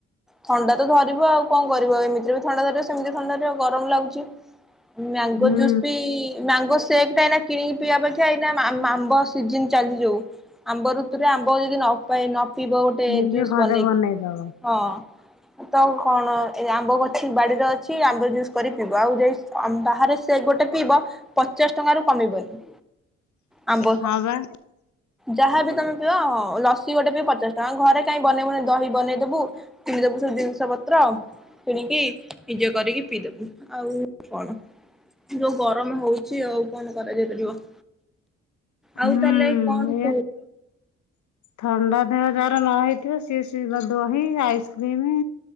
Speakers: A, in the centre; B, on the left.
A: ଥଣ୍ଡା ତ ଧରିବ ଆଉ କଣ କରିବ ଏମିତିରେ ବି ଥଣ୍ଡା ଧରିବ ସେମିତିରେବୀ ଥଣ୍ଡାଧରିବ ଗରମ ଲାଗୁଛି। ମ୍ୟାଙ୍ଗୋ
B: ହୁଁ
A: ଜୁସ୍ ବି ମ୍ୟାଙ୍ଗୋ। ସେଫଟା ଏଇନା କିଣିକି ପିଇବା ଅପେକ୍ଷା ଏଇନା ଆମ୍ବ ସିଜିନ ଚାଲିଛି ଯୋଉ, ଆମ୍ବ ଋତୁରେ ଆମ୍ବ ଯଦି ନପାଏ ନ ପିଇବ ଗୋଟେ
B: ନିଜେ
A: ଜୁସ୍
B: ଘରେ
A: ବନେଇକି
B: ବନେଇଦବ।
A: ହଁ । ତ କଣ ଏ ଆମ୍ବ ଅଛି ବାଡିରେ ଅଛି ଆମ୍ବ ଜୁସ କରି ପିବ ଆଉ ଯାଇ ବାହାରେ ସେ ଗୋଟେ ପିଇବ ପଚାଶ ଟଙ୍କାରୁ କମିବନି । ଆମ୍ବ
B: ହଁ ବା।
A: ଯାହାବି ଗୋଟେ ତମେ ପିଅ ଲସି ଗୋଟେ ପି ପଚାଶ ଟଙ୍କା ଘରେ କାଇଁ ବନେଇବୁନି ଦହି ବନେଇଦବୁ କିଣିଦବୁ ସବୁ ଜିନିଷ ପତ୍ର କିଣିକି ନିଜେ କରିକି ପିଇଦବୁ ଆଉ କଣ । ଯୋଉ ଗରମ ହଉଚି ଆଉ କଣ କରାଯାଇ ପାରିବ ।
B: ହୁଁ
A: ଆଉ ତାହେଲେ କଣ ।
B: ଥଣ୍ଡା ଦେହ ଯାର ନ ହେଇ ଥିବ ସିଏ ଶଇବା ଦହି ଆଇସ୍କ୍ରିମ